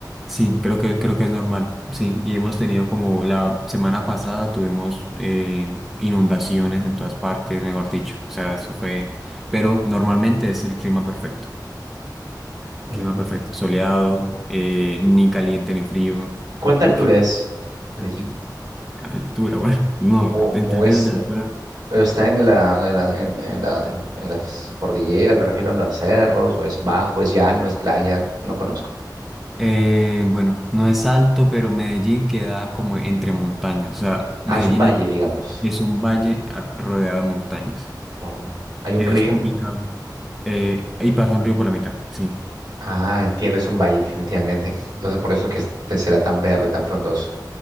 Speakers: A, in the centre; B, on the right.
A: Sí, creo que, creo que es normal, sí. Y hemos tenido como la semana pasada tuvimos eh, inundaciones en todas partes, mejor dicho. O sea, eso fue, pero normalmente es el clima perfecto.
B: Mm.
A: Clima perfecto, soleado, eh, ni caliente ni frío.
B: ¿Cuánta
A: ¿En
B: altura
A: qué
B: es Medellín?
A: altura? <laughs> Bueno, no,
B: ¿O,
A: en
B: o
A: términos
B: es,
A: de altura.
B: o está en la, en la- en- en la- en- en las cordilleras, me refiero a los cerros, o es bajo, es llano, es playa? No conozco.
A: eh, bueno, no es alto, pero Medellín queda como entre montañas. O sea, Medellín
B: Ah, es un valle,
A: es,
B: digamos.
A: es un valle a- rodeado de montañas.
B: Oh, ¿Hay un
A: Eso
B: río?
A: es complicado. Eh, y pasa un río por la mitad, sí.
B: Ah, entiendo, es un valle definitivamente. Entonces por eso es que este será tan verde, tan frondoso.